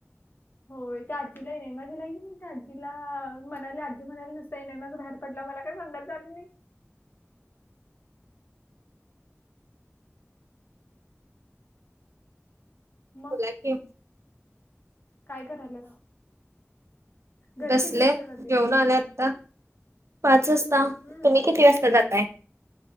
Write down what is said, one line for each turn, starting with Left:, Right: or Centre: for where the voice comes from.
Left: होय त्या आजी सिनेमा दिलाय की नाही आजीला म्हणाले आजी म्हणाला नुसत इिनमाच धाड पडला मला काय संंडास झाली नाही. मग?
Right: त्यांचे.
Left: काय करायलास? घरी
Right: बसले
Left: किती वाजता
Right: घेऊन
Left: जातेस
Right: आले आत्ता, पाच वाजता.
Left: हम्म
Right: तुम्ही किती वाजता जाताय?